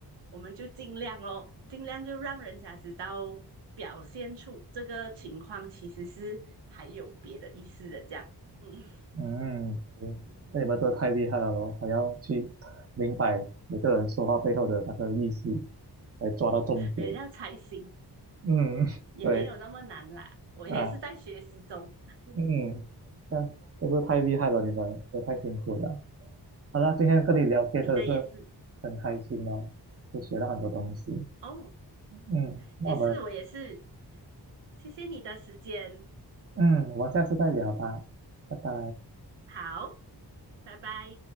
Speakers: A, on the right; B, on the right.
A: 我们就尽量咯，尽量就让人家知道，表现出这个情况其实是还有别的意思的，这样，嗯，
B: 嗯，那你们都太厉害了咯，还要去明白每个人说话背后的那个意思，来抓到重点，
A: <laughs> 别人要猜心
B: 嗯，<laughs>
A: 也没有那么难啦。
B: 对。
A: 我也是在学习中。
B: 啊。嗯，这样真是太厉害了，你们都太辛苦了。好了，今天跟你聊天真的是
A: 你的也是
B: 很开心哦，就学到很多东西。
A: 哦，
B: 嗯，那我们
A: 也是我也是，谢谢你的时间，
B: 嗯，我们下次再聊吧，拜拜。
A: 好，拜拜。